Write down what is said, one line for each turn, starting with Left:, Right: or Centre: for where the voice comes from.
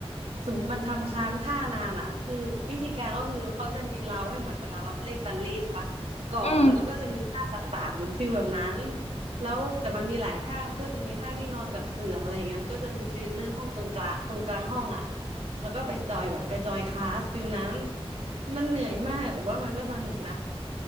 Right: สมมติมันทำค้างท่านานอ่ะคือวิธีการก็คือเขาจะมีเราให้เหมือนเวลาเราเล่นบัลเล่ต์ใช่ปะเกาะแล้วมันก็จะมีท่าต่างๆมันฟีลแบบนั้น
Left: อืม
Right: แล้วแต่มันมีหลายท่ามันก็จะมีท่าที่นอนกับเสืออะไรอย่างเงี้ยมันก็จะมีเทรนเนอร์ห้องตรงกลางตรงกลางห้องอ่ะแล้วก็ไปจอยแบบไปจอยคลาสฟีลนั้นมันเหนื่อยมากแต่ว่ามันก็สนุกนะ